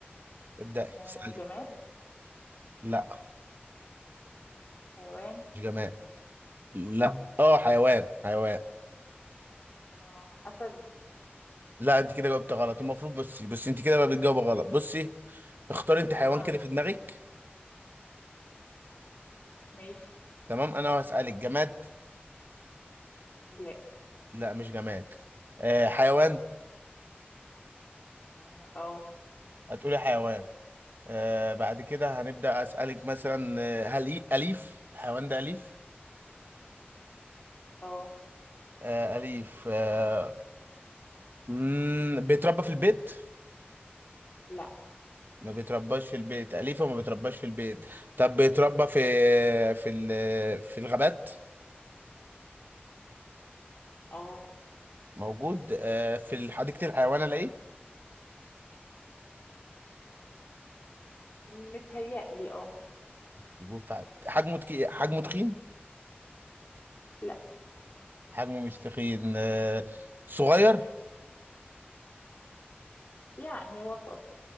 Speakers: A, on the right; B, on the left.
A: ابداي
B: آه
A: اسالي
B: جماد
A: لا
B: حيوان
A: مش جماد لا اه حيوان حيوان
B: آه اسد
A: لا انت كده جاوبت غلط المفروض بصي بس انت كده بقى بتجاوب غلط بصي اختاري انت حيوان
B: اه
A: كده في دماغك
B: ماشي
A: تمام انا هسالك جماد
B: لا
A: لا مش جماد آه حيوان
B: اه اه
A: هتقولي حيوان آه بعد كده هنبدأ أسألك مثلا آه، هل إيه أليف الحيوان ده أليف
B: آه.
A: آه أليف آه مم، بيتربى في البيت
B: لا
A: ما بيترباش في البيت أليف وما بيترباش في البيت طب بيتربى في في ال- في الغابات
B: اه
A: موجود آه في حديقة الحيوان ألاقيه
B: متهيألي اه
A: موجود في حد- حجمه تك- حجمه تخين
B: لا
A: حجمه مش تخين آه صغير
B: يعني وسط